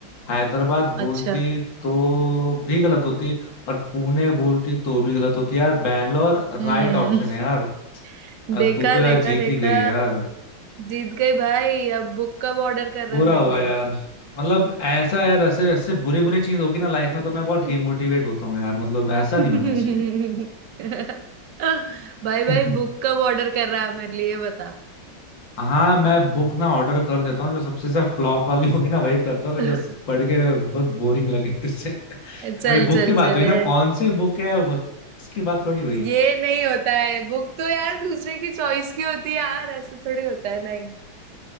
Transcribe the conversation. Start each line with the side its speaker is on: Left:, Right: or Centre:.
Left: हैदराबाद बोलती
Right: अच्छा
Left: तो भी गलत होती और पुणे बोलती तो भी गलत होती यार बैंगलोर
Right: हम्म
Left: राइट ऑप्शन है यार
Right: <laughs>
Left: अ,
Right: देखा
Left: तू तो
Right: देखा
Left: यार जीत
Right: देखा
Left: ही गई यार
Right: जीत गई भाई अब बुक कब ऑर्डर कर रहे
Left: बुरा
Right: हैं मेरे
Left: हुआ
Right: लिए
Left: यार मतलब ऐसा यार ऐसे ऐसे बुरी बुरी चीज होगी ना लाइफ में तो मैं बहुत
Right: <laughs>
Left: डिमोटिवेट होता हूँ यार मतलब ऐसा
Right: <laughs>
Left: नहीं होना चाहिए
Right: भाई
Left: <laughs>
Right: भाई बुक कब ऑर्डर कर रहा है मेरे लिए ये बता
Left: हाँ मैं बुक ना ऑर्डर कर देता हूँ जो सबसे ज्यादा फ्लॉप वाली होगी ना वही करता हूँ
Right: चल
Left: जो पढ़ के बहुत बोरिंग लगे तुझसे <laughs>
Right: चल
Left: अभी बुक की बात
Right: चल
Left: हुई ना
Right: ऐस-
Left: कौन सी बुक है वो उसकी बात थोड़ी हुई है
Right: ये नहीं होता है बुक तो यार दूसरे की चॉइस की होती है यार ऐसा थोड़ी होता है नहीं